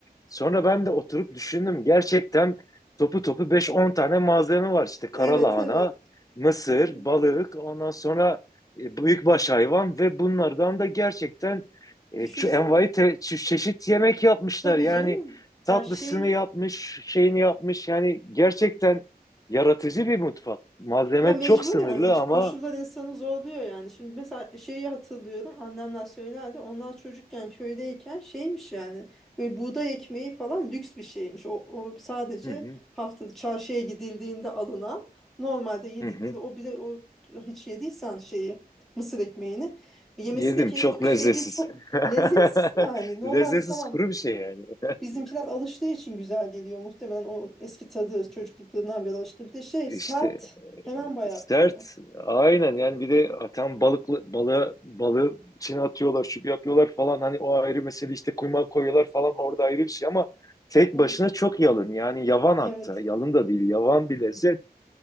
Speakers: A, on the left; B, in the centre.
A: sonra ben de oturup düşündüm. Gerçekten topu topu beş on tane malzeme var. İşte karalahana,
B: Evet, evet.
A: mısır,
B: Evet.
A: balık, ondan sonra e, büyükbaş hayvan ve bunlardan da gerçekten e,
B: Düşünsen.
A: çe- envai te- çe- çeşit yemek yapmışlar.
B: Tabii
A: Yani
B: canım.
A: tatlısını
B: Ya şey
A: yapmış, şeyini yapmış. Yani gerçekten yaratıcı bir mutfak. Malzeme
B: Ya mecburen
A: çok sınırlı
B: iç
A: ama
B: koşullar insanı zorluyor yani. Şimdi mesela şeyi hatırlıyorum annemler söylerdi. Onlar çocukken köydeyken şeymiş yani böyle buğday ekmeği falan lüks bir şeymiş. O, o sadece
A: hı hı,
B: haftada çarşıya gidildiğinde alınan normalde yedikleri
A: hı hı.
B: o bile o hiç yediysen şeyi mısır ekmeğini yemesi
A: Yedim
B: de keyifli
A: çok
B: bir şey
A: lezzetsiz.
B: değil. Çok lezzetsiz
A: <laughs>
B: yani. Normalde
A: Lezzetsiz
B: tamam
A: kuru bir şey yani. <laughs>
B: bizimkiler alıştığı için güzel geliyor muhtemelen o eski tadı çocukluklarından beri alıştı. Bir de şey
A: İşte
B: sert hemen bayatlıyor.
A: Sert. Aynen yani bir de atan balıklı balığı balığı içine atıyorlar, şu yapıyorlar falan hani o ayrı mesele işte kuymağı koyuyorlar falan orada ayrı bir şey ama tek
B: Evet.
A: başına çok yalın yani yavan
B: Evet.
A: hatta yalın da değil yavan bir lezzet.